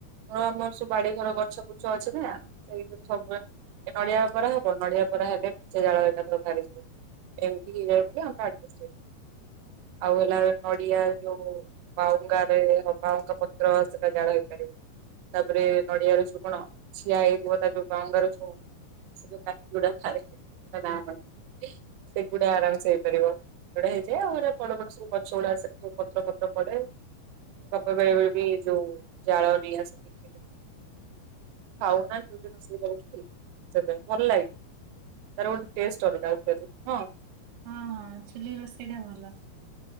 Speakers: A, on the right; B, on the right.
A: ମୋର ଆମର ସବୁ ବାଡି ଘର ଗଛ ବୁର୍ଛ ଅଛି ନା ସେଇଥିରେ ସବୁ ବେ ଏ ନଡିଆ ପରା ହବ ନଡିଆ ପରା ହେଲେ ପେଚେ ଜାଳ ଏକାଥରେ ବାହାରଯିବ ଏମତି ହିଏ ବୋଲି ଆମର ଆଡଜେଷ୍ଟ ହେଇ ଆଉ ହେଲା ନଡିଆ ଯୋଉ ବାଉଙ୍ଗାରେ ବାଉଁଙ୍ଗା ପତ୍ର ସେଟା ଜାଳ ହେଇପାରିବ। ତାପରେ ନଡିଆର ଯୋଉ କଣ ଛିିଆ ହେଇଥିବ ତାର ଯୋଉ ବାଉଁଙ୍ଗା ର ଯୋଉ ସେ କାଠି ଗୁଡାକ ଖାଲି <inaudible> ନା କଣ ସେଇଗୁଡା ଆରାମ ସେ ହେଇପାରିବ ସେଗୁଡା ହେଇଯାଏ ଆଉ ଏଉରା ବଡ ବଡ ସବୁ ଗଛ ଗୁଡା ସେ ସବୁ ପତ୍ର ଫତ୍ର ପଡେ। ମୋ ବାପା ବେଳେ ବେଳେ ବି ଯୋଉ ଜାଳ ନେଇ ଆସନ୍ତି କି ଖାଉନା ଚୁଲିରେ ରୋଷେଇ କରିକି ବସେଇ ସେପାଇଁ ଭଲ ଲାଗେ। ତାର ଗୋଟେ ଟେଷ୍ଟ ଅଲଗା ଉପରେ ନୁହ?
B: ହଁ ହଁ ଚୁଲି ରୋଷେଇଟା ଭଲ।